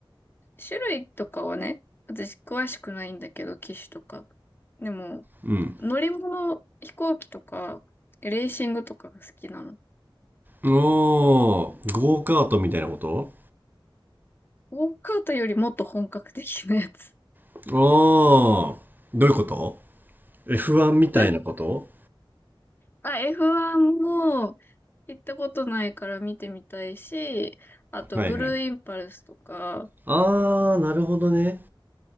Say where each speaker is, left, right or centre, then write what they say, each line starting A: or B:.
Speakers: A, on the left; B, on the right.
A: 種類とかはね、私詳しくないんだけど、機種とか。でも、
B: うん
A: 乗り物、飛行機とか、レーシングとかが好きなの。
B: おーゴーカートみたいなこと
A: ゴーカートよりもっと本格的なやつ。
B: ああ、どういうこと F1
A: <laughs>
B: みたいなこと
A: あ、F1 も行ったことないから見てみたいし、あとブルーインパルスとか、
B: はいはい。ああー、なるほどね。